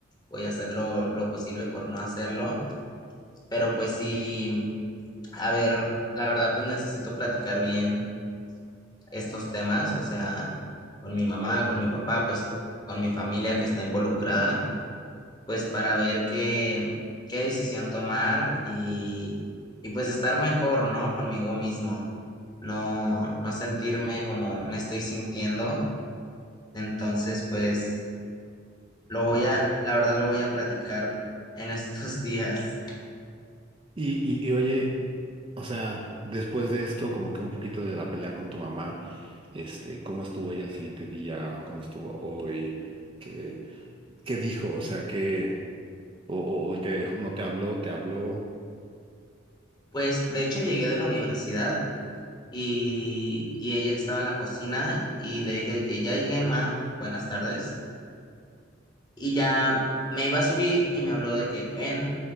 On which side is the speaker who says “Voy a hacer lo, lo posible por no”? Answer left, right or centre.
Left